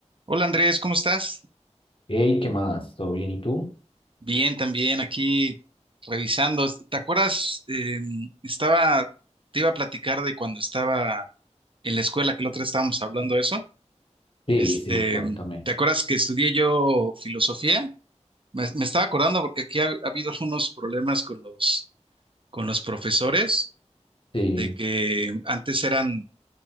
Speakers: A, on the right; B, on the left.
A: Hola Andrés, ¿cómo estás?
B: Hey, ¿qué más? ¿Todo bien? ¿Y tú?
A: Bien, también aquí revisando. ¿Te acuerdas? eh, estaba, te iba a platicar de cuando estaba en la escuela, que la otra vez estábamos hablando de eso.
B: Sí,
A: Este,
B: sí, cuéntame.
A: ¿te acuerdas que estudié yo filosofía? Me, me estaba acordando porque aquí ha, ha habido algunos problemas con los, con los profesores,
B: Sí,
A: de que antes eran,